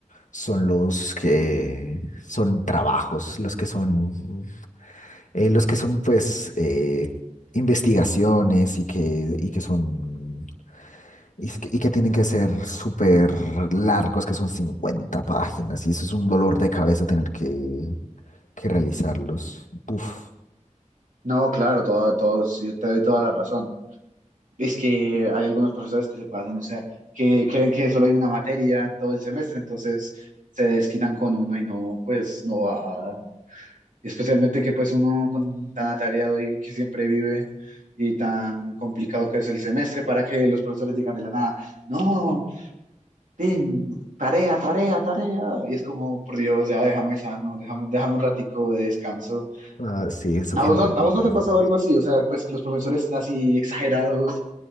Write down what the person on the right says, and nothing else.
No, claro, todo, todo, sí, te doy toda la razón. es que hay algunos profesores que se pasan, o sea, que creen que solo hay una materia en todo el semestre, entonces se desquitan con uno y no, pues no va. Especialmente que pues uno con tan atareado y que siempre vive y tan complicado que es el semestre para que los profesores digan de la nada, no, Tim, tarea, tarea, tarea. Y es como, por Dios, ya déjame sano, déjame, déjame un ratico de descanso.
¿A
vos no, a vos no te
ha pasado
algo así? O sea, pues los profesores así exagerados,